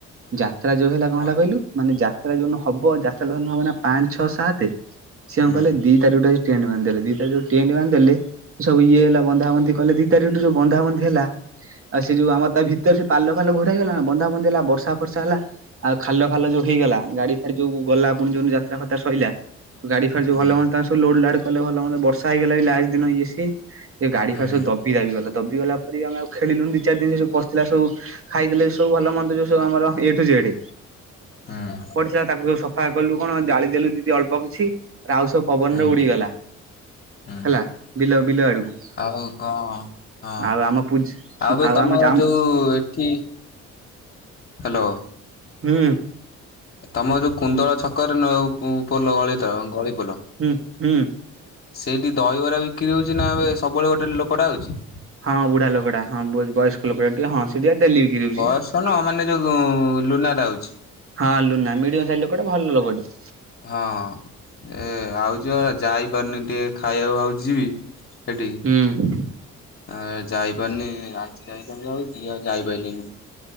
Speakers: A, on the right (about 45°); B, on the left (about 45°).
A: ଯାତ୍ରା ଯୋଉ ହେଲା କଣ
B: ହଁ
A: ହେଲା କହିଲୁ ମାନେ ଯାତ୍ରା ଯୋଉ ହବ ଯାତ୍ରା ଧ ହବ ନା ପାଞ୍ଚ ଛଅ ସାତ ସିଏ
B: ହୁଁ
A: କଣ କଲେ ଦି ତାରିଖଟା ଟେଣ୍ଟ ବାନ୍ଧିଦେଲେ ଦି ତାରିଖ ଟେଣ୍ଟ ବାନ୍ଧି ଦେଲେ। ସବୁ ଇଏ ହେଲା ବନ୍ଧାବନ୍ଧି କଲେ ଦି ତାରିଖଠୁ ଯୋଉ ବନ୍ଧାବନ୍ଧି ହେଲା। ଆଉ ସେ ଯଉ ଆମର ତା ଭିତରେ ସେ ପାଲ ଫାଲ ଘର ହେଇଗଲା ନା ବନ୍ଧାବନ୍ଧି ହେଲା। ବର୍ଷା ଫର୍ଷା ହେଲା ଆଉ ଖାଲ ଫାଲ ଯୋଉ ହେଇଗଲା ଗାଡି ଫାଡି ଯୋଉ ଗଲା ପୁଣି ଯୋଉି ଯାତ୍ରା ଫାତ୍ରା ସଇଲା। ଗାଡି ଫାଡି
B: ହୁଁ
A: ଭଲ ମନ୍ଦ ତାଙ୍କ ସବୁ ଲୋଡ ଲାଡ କଲେ ଭଲ ମନ୍ଦ ବର୍ଷା ହେଇଗଲା ବି ଲାଷ୍ଟ ଦିନ ଇଏ ସିଏ ସେ ଗାଡି
B: ହୁଁ
A: ଫାଡି ସବୁ ଦବି ଦାବି ଗଲା। ଦବିଗଲା ପରେ ଆମେ ଆଉ ଖେଳିଲୁନି ଦି ଚାରି ଦିନ ସେ ସବୁ ପଡିଥିଲା ସବୁ ଖାଇଥିଲେ ସବୁ ଭଲ ମନ୍ଦ। ଯୋଉ ଆମର ଏ ଠୁ ଜେଡ୍
B: ହୁଁ
A: ପଡିଥିଲା ତାକୁ ସବୁ ସଫା କଲୁ କଣ ଜାଳି ଦେଲୁ ଦିଦି ଅଳ୍ପ କିଛି ଆଉ ସବୁ ପବନରେ
B: ହୁଁ
A: ଉଡିଗଲା।
B: ହୁଁ
A: ହେଲା ବିଲ ବିଲ ଆଡକୁ।
B: ଆଉ କଣ ହଁ।
A: ଆଉ ଆମ ପୂଜ୍
B: ଆଉ ଏ ତମର
A: ଆମ ଜାମ୍
B: ଯୋଉ ଏଠି ହ୍ୟାଲୋ।
A: ହୁଁ।
B: ତମ ଯୋଉ କୁନ୍ଦଳ ଛକରେ ପୋଲ ଗଳି ତ ଗଳି ପୋଲ।
A: ହୁଁ ହୁଁ।
B: ସେଇଠି ଦହିବରା ବିକ୍ରି ହଉଛି ନା ଏବେ ସବୁବେଳେ ଗୋଟେ ଲୋକଟା ଆଉଛି।
A: ହଁ ବୁଢା ଲୋକଟା ବୟସ୍କ ଲୋକଟା ଟିକେଁ ସେ ହଁ ଟିକେ ଡେଲି ବିକ୍ରି ହଉଛି।
B: ବୟସ ନ ମାନେ ଯୋଉ ଲୁନାରେ ଆଉଚ୍ଛି।
A: ହଁ ଲୁନା ମିଡିୟମ ସାଇଜ୍ ଲୋକଟେ ଭଲ ଲୋକଟେ।
B: ହଁ ଏ ଆଉ ଯ ଯାଇ ଯାଇପାରୁନି ଟିକେ ଖାଇବାକୁ ଭାବଛିିବି ସେଠିକି।
A: ହୁଁ।
B: ଆ ଯାଇପାରିନି ଆଜି ଯାଇଥାନ୍ତି ଆଉ କି ଆଉ ଯାଇପାରିଲିନି।